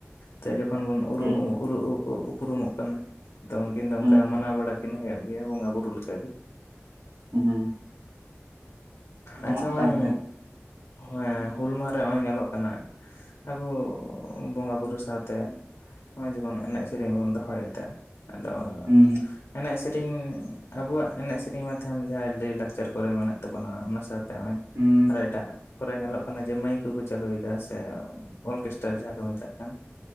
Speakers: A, on the left; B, on the right.
A: ᱛᱮ ᱠᱷᱚᱱ ᱵᱚᱱ ᱩᱨᱩ-ᱩ-ᱩᱨᱩ-ᱩ-ᱩ-ᱩᱯᱩᱨᱩᱢᱚᱜ
B: ᱦᱩᱸ
A: ᱠᱟᱱᱟ ᱛᱚ ᱩᱱᱠᱤᱱ ᱫᱚ ᱚᱱᱠᱟ
B: ᱦᱩᱸ
A: ᱢᱟᱱᱟᱣ ᱵᱟᱲᱟ ᱠᱤᱱ ᱦᱮᱭᱚᱜ ᱜᱮᱭᱟ ᱵᱚᱸᱜᱟ-ᱵᱩᱨᱩ ᱞᱮᱠᱟᱜᱮ
B: ᱦᱩᱸ ᱦᱩᱸ ᱱᱟᱣᱟᱜ
A: ᱟᱪᱪᱷᱟ ᱢᱟᱹᱭ
B: ᱠᱟᱱ ᱜᱮᱭᱟ
A: ᱦᱚᱭ ᱦᱩᱞ ᱢᱟᱦᱟᱨᱮ ᱱᱚᱜᱚᱭ ᱧᱮᱞᱚᱜ ᱠᱟᱱᱟ ᱟᱵᱚ ᱵᱚᱸᱜᱟ ᱵᱩᱨᱩ ᱥᱟᱶᱛᱮ ᱦᱚᱜᱚᱭ ᱡᱮᱢᱚᱱ ᱮᱱᱮᱡ ᱥᱮᱨᱮᱧ ᱵᱚᱱ ᱫᱚᱦᱚᱭ ᱫᱟ ᱟᱫᱚ
B: ᱦᱩᱸ
A: ᱮᱱᱮᱡ ᱥᱮᱨᱮᱧ ᱟᱵᱚᱣᱟᱜ ᱮᱱᱮᱡ ᱥᱮᱨᱮᱧ ᱢᱟ ᱛᱟᱦᱮᱱ ᱡᱟᱦᱟ ᱞᱟᱹᱭ ᱞᱟᱠᱪᱟᱨ ᱠᱚᱨᱮ ᱢᱮᱱᱟᱜ ᱛᱟᱵᱚᱱᱟ ᱚᱱᱟ ᱥᱟᱶ ᱱᱚᱜᱼᱚᱭ
B: ᱦᱩᱸ
A: ᱟᱨᱚ ᱮᱴᱟᱜ ᱠᱚᱨᱮ ᱧᱮᱞᱚᱜ ᱠᱟᱱᱟ ᱡᱮ ᱢᱟᱹᱭᱤᱠ ᱠᱚᱠᱚ ᱪᱟᱹᱞᱩᱭᱫᱟ ᱥᱮ ᱚᱞᱜᱮᱥᱴᱟᱨ ᱡᱟᱦᱟᱸ ᱠᱚ ᱢᱮᱛᱟᱜ ᱠᱟᱱ